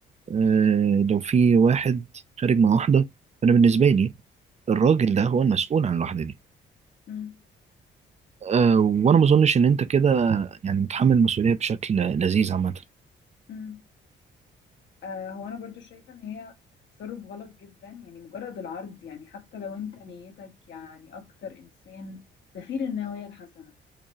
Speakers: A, on the right; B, on the left.
A: آه، لو في واحد خارج مع واحدة فأنا بالنسبة لي الراجل ده هو المسؤول عن الواحدة دي
B: مم.
A: آه، وأنا ما أظنش إن أنت كده يعني متحمل المسؤولية بشكل لذيذ عامة
B: مم. آه، هو انا برضو شايفة ان هي تصرف غلط جدا يعني مجرد العرض يعني حتى لو انت نيتك يعني اكتر انسان سفير النوايا الحسنة